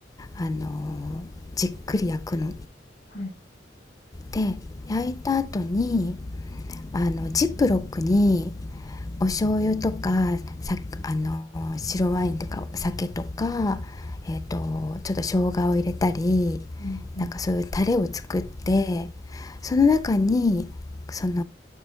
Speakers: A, on the left (about 20°); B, on the left (about 70°).
A: あのじっくり焼くの
B: はい。
A: で焼いた後にあのジップロックにお醤油とかさあの白ワインとかお酒とか、えー、とちょっと生姜を入れたり
B: うんうん。
A: なんかそういうタレを作ってその中にその